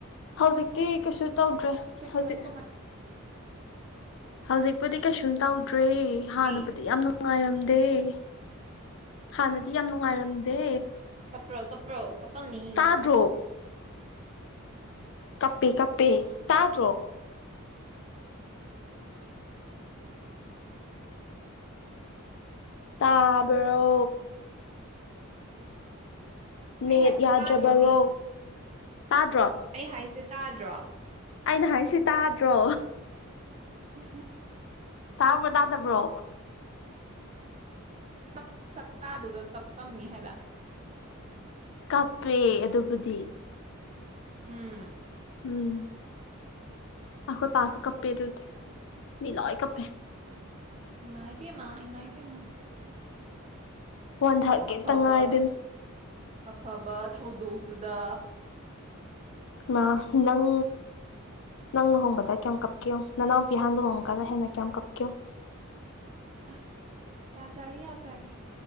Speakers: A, on the left; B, on the right.
A: ꯍꯧꯖꯤꯛꯇꯤ ꯀꯩꯁꯨ ꯇꯧꯗ꯭ꯔꯦ ꯍꯧꯖꯤꯛ
B: ꯀꯃꯥꯏ ꯀꯃꯥꯏ
A: ꯍꯧꯖꯤꯛꯄꯨꯗꯤ ꯀꯩꯁꯨꯝ ꯇꯧꯗ꯭ꯔꯦ ꯍꯥꯟꯅꯕꯨꯗꯤ
B: ꯗꯤ
A: ꯌꯥꯝ ꯅꯨꯡꯉꯥꯏꯔꯝꯗꯦ ꯑ ꯍꯥꯟꯅꯗꯤ ꯌꯥꯝ ꯅꯨꯡꯉꯥꯏꯔꯝꯗꯦ
B: ꯀꯞꯄ꯭ꯔꯣ ꯀꯞꯄ꯭ꯔꯣ ꯀꯞꯄꯝꯅꯤ
A: ꯇꯥꯗ꯭ꯔꯣ ꯀꯞꯄꯦ ꯀꯞꯄꯦ ꯇꯥꯗ꯭ꯔꯣ ꯇꯥꯕꯔꯣ ꯅꯦꯠ
B: ꯑꯩ ꯍꯥꯏꯁꯦ
A: ꯌꯥꯗ꯭ꯔꯕꯔꯣ
B: ꯇꯥꯗ꯭ꯔꯣ ꯃꯤ
A: ꯇꯥꯗ꯭ꯔꯣ
B: ꯑꯩ ꯍꯥꯏꯁꯦ ꯇꯥꯗ꯭ꯔꯣ
A: ꯑꯩꯅ ꯍꯥꯏꯁꯤ ꯇꯥꯗ꯭ꯔꯣ
B: ꯎꯝ
A: ꯇꯥꯕ꯭ꯔꯣ ꯇꯥꯗꯕ꯭ꯔꯣ
B: ꯁ ꯁꯛꯇꯥꯗꯨꯒ ꯀꯞꯄꯝꯅꯤ ꯍꯥꯏꯕ
A: ꯀꯞꯄꯦ ꯑꯗꯨꯕꯨꯗꯤ
B: ꯎꯝ
A: ꯎꯝ ꯑꯈꯣꯏ ꯄꯥꯁꯇ ꯀꯞꯄꯦꯗꯗꯤ ꯃꯤ ꯂꯏ ꯀꯞꯄꯦ
B: ꯏꯃꯥꯏ ꯄꯦꯃ ꯏꯃꯥꯏ ꯄꯦꯃ
A: ꯋꯥꯟꯊꯒꯦꯇ
B: ꯑꯐꯕ
A: ꯉꯥꯏꯔꯦ
B: ꯑꯐꯕ ꯊꯧꯗꯣꯛꯇꯨꯗ
A: ꯃꯥ ꯅꯪ ꯅꯪ ꯂꯨꯍꯣꯡꯕꯗ ꯀꯌꯥꯝ ꯀꯞꯀꯦꯣ ꯅꯅꯥꯎꯄꯤꯍꯥꯟ ꯂꯨꯍꯣꯡꯒꯅ ꯍꯦꯟꯅ ꯀꯌꯥꯝ ꯀꯞꯀꯦꯣ
B: ꯑꯁ ꯌꯥꯖꯔꯦ ꯌꯥꯖꯔꯦ